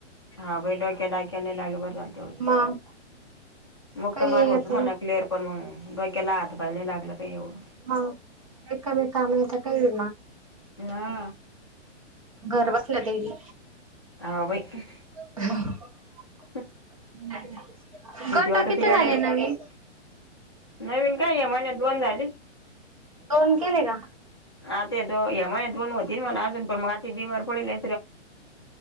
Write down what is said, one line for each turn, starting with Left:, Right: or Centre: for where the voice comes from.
Left: हा बाई डोक्या डाक्याला नाही लागलं. बर झाल.
Right: मग
Left: मुक्का
Right: काही
Left: मार होतो
Right: येत
Left: म्हणा क्लिअर. पण मग डोक्याला हात पाय लय लागलं का एवढं?
Right: हा एक मेकान हित काय बी
Left: हा.
Right: घर बसल्या द्यायली.
Left: हा बाई.
Right: <inaudible>
Left: <unintelligible>
Right: <unintelligible>
Left: भीती
Right: गट
Left: वाटती
Right: किती
Left: गाडीवर
Right: झाले नवीन?
Left: नवीन काय या महिन्यात दोन झाली.
Right: दोन केले का?
Left: आत त्यो या महिन्यात दोन व्हती ना मला आजुन पण मग आता बीमार पडीले.